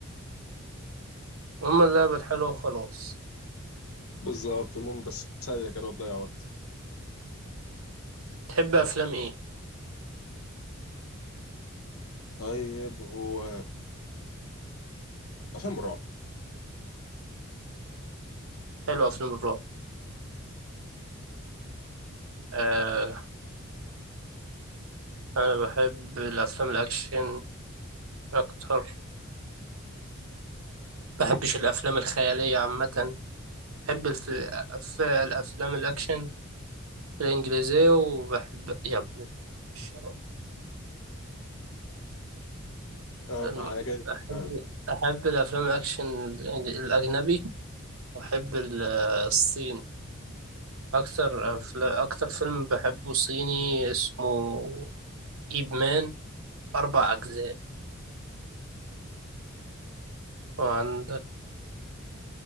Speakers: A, on the right (about 75°); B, on the left (about 80°).
A: هما اللعبة الحلوة وخلاص
B: بالظبط المهم بس تتسلى كده وتضيع وقت
A: تحب أفلام إيه؟
B: طيب هو افلام الرعب
A: حلوة أفلام الرعب آه، أنا بحب الأفلام الأكشن أكتر بحبش الأفلام الخيالية عامة بحب الف... الف- الأفلام الأكشن الإنجليزية وبحب يا ابني الشرب
B: اه
A: أم-
B: تعالى جاي
A: أحب
B: يعني.
A: أحب الأفلام الأكشن الإنج- الأجنبي وأحب ال- الصيني أكتر أفل... أكتر فيلم بحبه صيني اسمه إيب مان أربع أجزاء وعندك